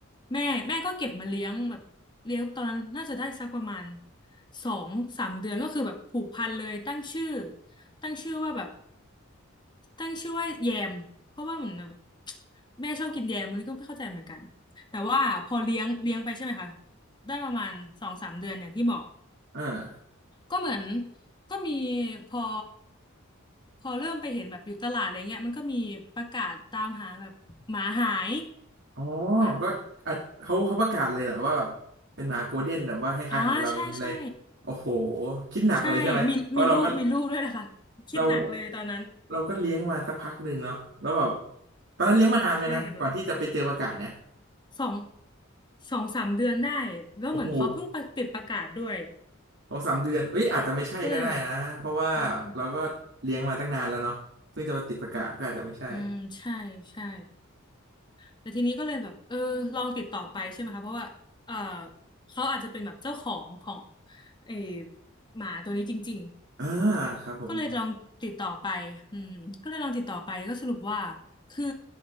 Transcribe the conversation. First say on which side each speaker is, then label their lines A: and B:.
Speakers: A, on the left; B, on the right.
A: แม่แม่ก็เก็บมาเลี้ยงแบบเลี้ยงตอนนั้นน่าจะได้สักประมาณสองสามเดือนก็คือแบบผูกพันเลยตั้งชื่อตั้งชื่อว่าแบบตั้งชื่อว่าแยมเพราะว่าเหมือนแบบแม่ชอบกินแยมมันนก็ไม่เข้าใจเหมือนกันแต่ว่าพอเลี้ยงเลี้ยงไปใช่ไหมคะได้ประมาณสองสามเดือนอย่างที่บอก
B: อ่า
A: ก็เหมือนก็มีพอพอเริ่มไปเห็นแบบอยู่ตลาดอะไรเงี้ยมันก็มีประกาศตามหาแบบหมาหาย
B: อ๋อ
A: อ่า
B: ก็อ่ะเขาเขาประกาศเลยเหรอว่าแบบเป็นหมาโกลเด้นแบบว่าคล้ายๆของเราอย่างนี้เลย
A: อ่าใช่ใช่
B: โอ้โหคิดหนักเลยใช่ไหมเพราะเราก็
A: ใช่มีมีรูปมีรูปด้วยนะคะคิดหนักเลยตอนนั้น
B: เราเราก็เลี้ยงมาสักพักหนึ่งเนาะแล้วแบบตอนนั้นเลี้ยงมานานไหมนะก่อนที่จะไปเจอประกาศเนี่ย
A: โหใช่แบบสองสองสามเดือนได้แล้วเหมือนเขาเพิ่งประติดประกาศด้วย
B: โอ้โหสองสามเดือนเอ้ยอาจจะไม่ใช่ก็ได้นะเพราะว่าเราก็เลี้ยงมาตั้งนานแล้วเนาะซึ่งจะมาติดประกาศก็อาจจะไม่ใช่
A: ก็เลยแบบอืมอืมใช่ใช่ แต่ทีนี้ก็เลยแบบเออลองติดต่อไปใช่ไหมคะเพราะว่าเออเขาอาจจะเป็นแบบเจ้าของของไอ้หมาตัวนี้จริง
B: อ่า
A: ๆก็เลยลองติดต่อไปอืมก็เลยลองติดต่อไปก็สรุปว่า
B: ครับผม
A: คือ